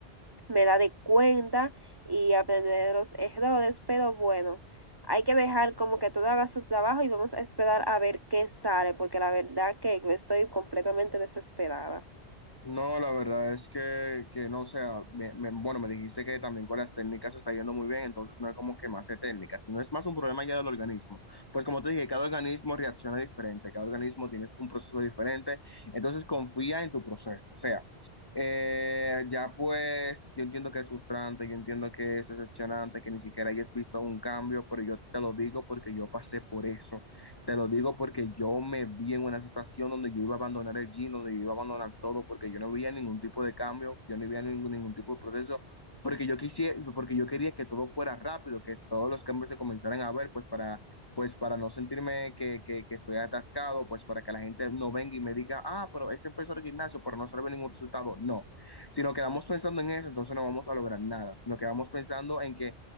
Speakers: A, on the right; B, on the left.
A: me da de cuenta y aprender de los errores, pero bueno, hay que dejar como que todo haga su trabajo y vamos a esperar a ver qué sale, porque la verdad que estoy completamente desesperada.
B: No, la verdad es que, que no, o sea, me- me- bueno, me dijiste que también con las técnicas se está yendo muy bien, entonces no es como que más de técnicas, sino es más un problema ya del organismo. Pues como te dije, cada organismo reacciona diferente, cada organismo tiene un proceso diferente, entonces confía en tu proceso, o sea, eh, ya pues, yo entiendo que es frustrante, yo entiendo que es decepcionante, que ni siquiera hayas visto un cambio, pero yo te lo digo porque yo pasé por eso. Te lo digo porque yo me vi en una situación donde yo iba a abandonar el gym, donde yo iba a abandonar todo, porque yo no veía ningún tipo de cambio, yo no veía ningún, ningún tipo de proceso, porque yo quisiera, porque yo quería que todo fuera rápido, que todos los cambios se comenzaran a ver, pues para, pues para no sentirme que, que, que estoy atascado, pues para que la gente no venga y me diga, ah, pero este empezó el gimnasio, pero no sale ningún resultado. No, si nos quedamos pensando en eso, entonces no vamos a lograr nada, si nos quedamos pensando en que,